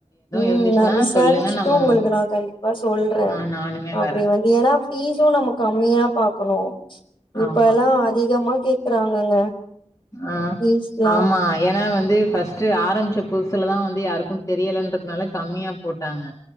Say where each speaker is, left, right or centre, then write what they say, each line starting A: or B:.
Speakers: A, on the left (about 45°); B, on the left (about 30°).
A: ம்
B: இருந்துச்சுன்னா
A: நா விசாரிச்சிட்டு
B: சொல்லுங்க நம்ம
A: உங்களுக்கு நா கண்டிப்பா சொல்ற
B: ஆ நானுமே
A: அப்டி
B: வரே
A: வந்து ஏனா பீஸு நம்ம கம்மியா பாக்கணு இப்ப
B: ஆமா
A: எல்லா ஆ அதிகமா கேக்குறாங்கங்க
B: ஆ
A: ஃபீஸ்லா
B: ஆமா ஏனா வந்து ஃபஸ்ட்டு ஆரம்பிச்ச பு துல தா வந்து யாருக்கு தெரியலன்றதுனால கம்மியா போட்டாங்க